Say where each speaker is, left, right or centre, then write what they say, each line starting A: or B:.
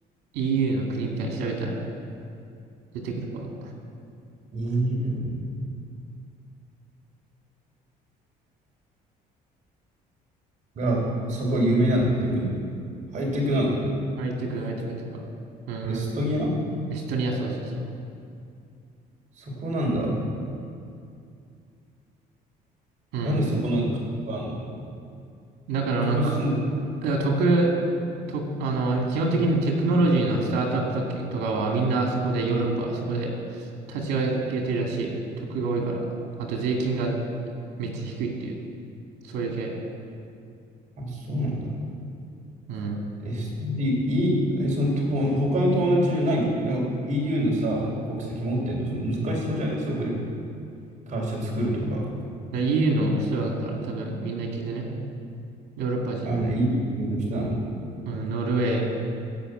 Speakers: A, on the right (about 85°); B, on the right (about 45°).
A: ー EU の国みたいに調べたら出てくるか。
B: ー。EU が、そこ有名なのテクノ。ハイテクなの
A: ハイテク、ハイテクとか。うんうん。
B: エストニア
A: エストニア、そうそうそう。
B: そこなんだ。
A: うん。
B: なんでそこの国があるの
A: だから、
B: そこ住んで、
A: なんか、い特、と、あの、基本的にテクノロジーのスタートアップとか、とかはみんなそこでヨーロッパ、そこで立ち上げてるらしい。得が多いから。あと税金がめっちゃ低いっていう。そういう系。
B: あ、そうなんだ。
A: うん。だか
B: え、すい、いえ、その、と、他の友達じゃない、なんか EU のさ、国籍持ってんの、その難しそうじゃねそこで会社作るとか。
A: ら EU の人だったら多分みんな行けんだね。ヨーロッパ人の。
B: あ、EU の国の人なの
A: うん、ノルウェ